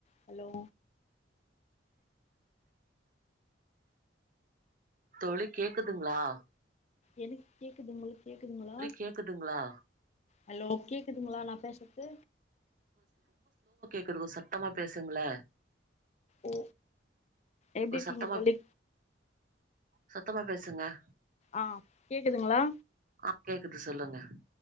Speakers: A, on the left (about 35°); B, on the right (about 45°).
A: ஹலோ
B: தோழி கேக்குதுங்ளா
A: எனக்கு கேக்குது உங்களுக் கேக்குதுங்களா
B: கேக்குதுங்களா
A: ஹலோ கேக்குதுங்களா நா பேசற்து
B: குது கொஞ் சத்தமா பேசுங்ளே
A: ஓ எப்டி
B: கொஞ்ச
A: இர்க்கீங்க
B: சத்தமா
A: தோழி
B: சத்தமா பேசுங்க
A: ஆ கேக்குதுங்ளா
B: ஆ கேக்குது சொல்லுங்க